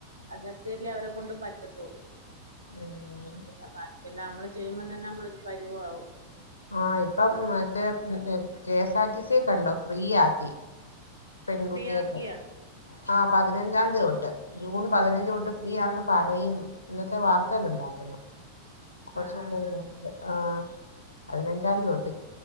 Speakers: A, on the right (about 80°); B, on the left (about 75°).
A: അതൊക്കെല്ലേ അവരെ കൊണ്ട് പറ്റത്തുള്ളൂ
B: ഉം
A: പിന്നെ ബാക്കിയെല്ലാം മ്മള് ചെയ്യുമ്പ തന്നെ നമ്മളൊരു പരുവ ആവും
B: ആഹ ഇപ്പം മറ്റേ കെഎസ് ആർ ടി സി യെ ക്കണ്ടോ ഫ്രീ ആക്കി പെൺകുട്ടികേക്ക്
A: ഫ്രീയാക്കിയാ
B: ആ പതിനഞ്ചാം തീയതി തൊട്ട് ജൂൺ പതിനഞ്ച് തൊട്ട് ഫ്രീ ആണെന്ന് പറയുന്നു ഇന്നത്തെ വാർത്തേൽണ്ടായിരുന്നു കൊറച്ച്
A: ആഹ് ആഹ്
B: മുമ്പ്
A: ആഹ്
B: ആഹ് അതിനഞ്ചാം തിയതി തൊട്ട്